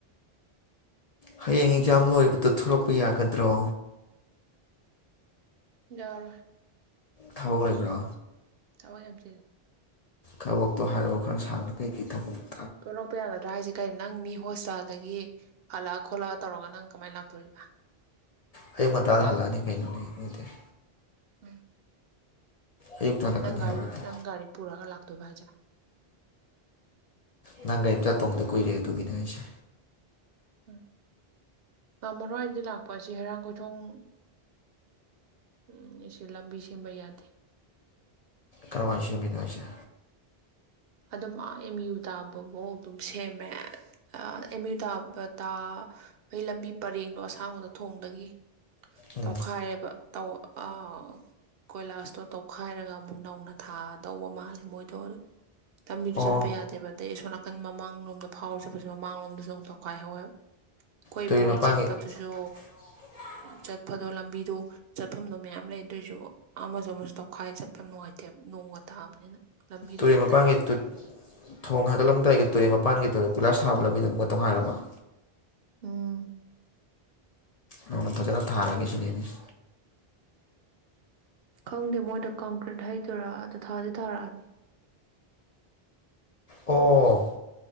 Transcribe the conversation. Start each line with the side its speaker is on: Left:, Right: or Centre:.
Left: ꯍꯌꯦꯡ ꯑꯦꯛꯖꯥꯝ ꯂꯣꯏꯕꯗ‌ꯣ ꯊꯣꯛꯂꯛꯄ ꯌꯥꯒꯗ꯭ꯔꯣ
Right: ꯌꯥꯔꯣꯏ
Left: ꯊꯕꯛ ꯂꯩꯕ꯭ꯔꯣ
Right: ꯊꯕꯛ ꯌꯥꯝ ꯆꯤꯜꯂꯤ
Left: ꯈꯕꯛꯇꯣ ꯍꯥꯏꯔꯛꯐꯣ ꯈꯔ ꯁꯥꯡꯅ ꯀꯩꯀꯩ ꯊꯕꯛꯅ‌ꯣ
Right: ꯊꯣꯛꯂꯛꯄ ꯌꯥꯒꯗ꯭ꯔꯥ ꯍꯥꯏꯁꯦ ꯀꯩꯅ ꯅꯪ ꯃꯤ ꯍꯣꯁꯄꯤꯇꯥꯜꯗꯒꯤ ꯍꯜꯂꯛꯑ ꯈꯣꯠꯂꯒ ꯇꯧꯔꯒ ꯅꯪ ꯀꯃꯥꯏꯅ ꯂꯥꯛꯇꯣꯔꯤꯕ
Left: ꯑꯩꯌꯨꯛ ꯉꯟꯇꯥꯗ ꯍꯥꯂꯛꯅꯤ ꯀꯩꯅꯣꯅ‌ꯦ ꯑꯗꯨꯗꯤ
Right: ꯎꯝ
Left: ꯑꯌꯨꯛꯇ ꯍꯜꯂꯛꯀꯅꯤ
Right: ꯅꯪ ꯒꯥꯔꯤ
Left: ꯍꯥꯏꯕꯅꯦ
Right: ꯅꯪ ꯒꯥꯔꯤ ꯄꯨꯔꯒ ꯂꯥꯛꯇꯣꯏꯕ ꯍꯥꯏꯁꯦ
Left: ꯅꯪ ꯒꯥꯔꯤꯃꯆꯥ ꯇꯣꯡꯗ ꯀꯨꯏꯔꯦ ꯑꯗꯨꯒꯤꯅꯦ ꯍꯥꯏꯁꯦ
Right: ꯎꯝ ꯉꯝꯃꯔꯣꯏ ꯑꯩꯗꯤ ꯂꯥꯛꯄ ꯑꯁꯤ ꯍꯩꯔꯥꯡꯒ‌ꯣꯏꯊꯣꯡ ꯎꯝ ꯑꯁꯤ ꯂꯝꯕꯤ ꯁꯦꯝꯕꯩ ꯌꯥꯗꯦ
Left: ꯀꯔꯥꯏꯋꯥꯏ ꯁ‌ꯦꯝꯃꯤꯅ‌ꯣ ꯍꯥꯏꯁꯦ
Right: ꯑꯗꯨꯝ ꯑꯥ ꯑꯦꯝ ꯌꯨ ꯇꯥꯕꯕꯧ ꯑꯗꯨꯝ ꯁꯦꯝꯃꯦ ꯑꯥ ꯑꯦꯝ ꯌꯨ ꯇꯥꯕꯇ‌ꯥ ꯍ‌ꯣꯏ ꯂꯝꯕꯤ ꯄꯔꯦꯡꯗꯣ ꯑꯁꯥꯡꯕꯗ‌ꯣ ꯊꯣꯡꯗꯒꯤ
Left: ꯎꯝ
Right: ꯇꯧꯈꯥꯏꯌꯦꯕ ꯇꯧ ꯑꯥ ꯀꯣꯏꯂꯥꯁꯇꯣ ꯇꯧꯈꯥꯏꯔꯒ ꯑꯃꯨꯛ ꯅꯧꯅ ꯊꯥꯗꯧꯕ ꯃꯥꯜꯂꯦ ꯃꯣꯏꯗꯣ ꯑꯗꯨ ꯂꯝꯕꯤꯗꯨ
Left: ꯑꯣ
Right: ꯆꯠꯄ ꯌꯥꯗꯦꯕ ꯑꯗꯩ ꯑꯁꯣꯝ ꯅꯥꯀꯟ ꯃꯃꯥꯡꯂꯣꯝꯗ ꯐꯥꯎꯔꯒ ꯆꯠꯄꯁꯨ ꯃꯃꯥꯡꯂꯣꯝꯗꯁꯨ ꯑꯃꯨꯛ ꯇꯧꯈꯥꯏꯍꯧꯋꯦꯕ ꯈ‌ꯣꯏꯕꯣꯏ
Left: ꯇꯨꯔꯦꯜ ꯃꯄꯥꯟꯒꯤ
Right: ꯆꯠꯄꯗꯨꯁꯨ
Left: <inaudible>
Right: ꯆꯠꯄꯗꯣ ꯂꯝꯕꯤꯗꯣ ꯆꯠꯐꯝꯗꯣ ꯃꯌꯥꯝ ꯂꯩ ꯑꯗꯨꯏꯁꯨ ꯑꯃꯁꯨ ꯑꯃꯁꯨ ꯇꯧꯈꯥꯏ ꯆꯠꯄ ꯌꯥꯝ ꯅꯨꯡꯉꯥꯏꯇꯦ ꯅꯣꯡꯒ ꯇꯥꯕꯅꯤꯅ ꯂꯝꯕꯤꯗꯣ
Left: ꯇꯨꯔꯦꯜ
Right: ꯐꯠꯇ
Left: ꯃꯄꯥꯟꯒꯤ ꯇꯨꯠ ꯊꯣꯡ ꯍꯥꯏꯒꯠꯂꯝꯗꯥꯏꯒꯤ ꯇꯨꯔꯦꯜ ꯃꯄꯥꯟꯒꯤꯗ‌ꯣ ꯀ‌ꯣꯏꯂꯥꯁ ꯊꯥꯕ ꯂꯝꯕꯤꯗ‌ꯣ ꯑꯃꯨꯛ ꯇꯧꯈꯥꯏꯔꯕ‌ꯣ
Right: ꯎꯝ
Left: ꯅꯧꯅ ꯐꯖꯅ ꯊꯥꯔꯒꯦ ꯁꯤꯅꯤꯅ‌ꯦ
Right: ꯈꯪꯗꯦ ꯃꯣꯏꯗ‌ꯣ ꯀꯪꯀ꯭ꯔꯤꯠ ꯍꯩꯗꯣꯏꯔꯥ ꯑꯗꯨ ꯊꯥꯗꯤ ꯊꯥꯔꯛꯑꯅꯤ
Left: ꯑꯣ